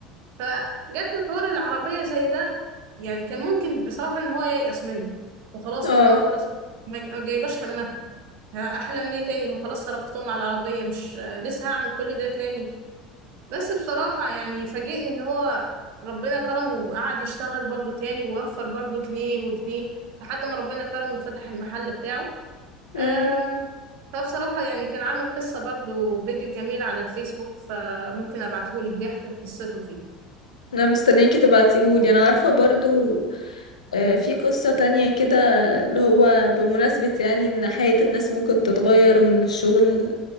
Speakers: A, on the right (about 55°); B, on the left (about 75°).
A: فجت له حوار العربية زي ده يعني كان ممكن بصراحة إن هو ييأس منه وخلاص
B: اه
A: اللي هو خلاص ما ما جايباش همها ها، أحلم ليه تاني ما خلاص صرفتهم على العربية مش آه، لسه هعمل كل ده تاني بس بصراحة يعني فاجئني ان هو ربنا كرمه وقعد يشتغل برضو تاني ووفر برضو جنيه وجنيه لحد ما ربنا كرمه وفتح المحل بتاعه
B: مم.
A: آم، فبصراحة يعني كان عامل قصة برضو فيديو جميل على الفيسبوك فممكن ابعتهولك بيحكي قصته فيه
B: انا مستنياكي تبعتيهولي انا عارفة برضو آه، في قصة تانية كده اللي هو بمناسبة يعني ان حياة الناس ممكن تتغير وان الشغل